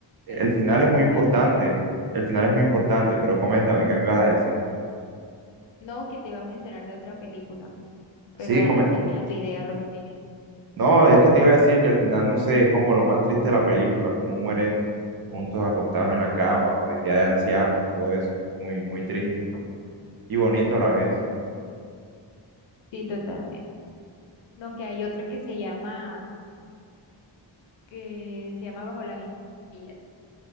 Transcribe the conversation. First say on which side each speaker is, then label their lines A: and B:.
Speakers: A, on the right; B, on the left.
A: el
B: eh,
A: final es muy importante.
B: al final,
A: El final es muy importante, pero coméntame, ¿qué me ibas a decir?
B: no que te iba a mencionar de otra película,
A: Sí,
B: pero dale,
A: come-
B: termina tu idea, lo que tenías.
A: no, es que te iba a decir que al final, no sé, es como lo más triste de la película, cómo mueren juntos acostados en la cama, pues ya de ancianos y todo eso. Muy, muy triste.
B: Sí,
A: Y bonito a la vez,
B: sí, totalmente. No, que hay otra que se llama, que se llama Bajo la misma estrella.